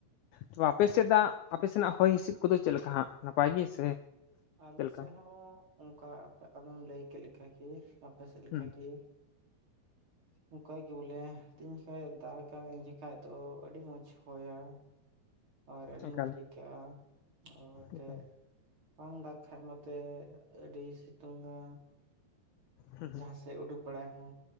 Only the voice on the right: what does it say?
ᱟᱞᱮ
ᱥᱮᱫ ᱦᱚᱸ ᱚᱱᱠᱟ ᱟᱢᱮᱢ ᱞᱟᱹᱭ ᱠᱮᱫ ᱞᱮᱠᱟ ᱜᱤ ᱟᱯᱮ ᱥᱮᱜ ᱞᱮᱠᱟ
ᱜᱤ ᱚᱱᱠᱟ ᱜᱤ ᱵᱚᱞᱮ ᱛᱤᱱ ᱡᱚᱠᱷᱟ ᱫᱟᱜᱟ ᱩᱱ ᱡᱠᱷᱟᱡ ᱫᱚ ᱟᱹᱰᱤ ᱢᱚᱸᱡᱽ ᱦᱚᱭᱟ ᱟᱨ ᱟᱹᱰᱤ
ᱢᱚᱡᱽ ᱜᱤ ᱟᱭᱠᱟᱹᱜ-ᱟ
ᱵᱟᱝ ᱫᱟᱜ ᱠᱷᱟᱱ ᱢᱟᱛᱚ ᱟᱹᱰᱤ ᱥᱤᱛᱩᱝ-ᱟ
ᱡᱟᱦᱟᱸ ᱥᱮᱜ ᱩᱰᱩᱠ ᱵᱟᱲᱟᱭ ᱦᱚᱸ